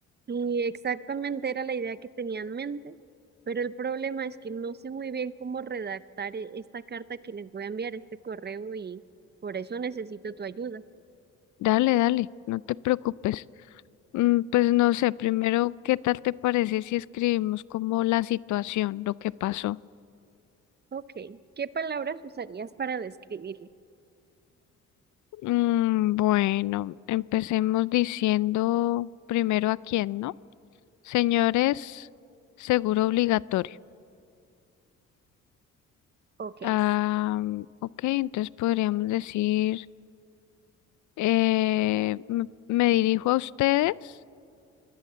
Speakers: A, on the right; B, on the left.
A: Y exactamente era la idea que tenía en mente, pero el problema es que no sé muy bien cómo redactar e- esta carta que les voy a enviar, este correo, y por eso necesito tu ayuda.
B: Dale, dale, no te preocupes. Mm, Pues no sé, primero, ¿qué tal te parece si escribimos como la situación, lo que pasó?
A: Ok, ¿qué palabras usarías para describirlo?
B: Mm, bueno, empecemos diciendo primero a quién, ¿no? Señores, seguro obligatorio.
A: Ok,
B: Ah,
A: s-
B: ok, entonces podríamos decir, eh, me, me dirijo a ustedes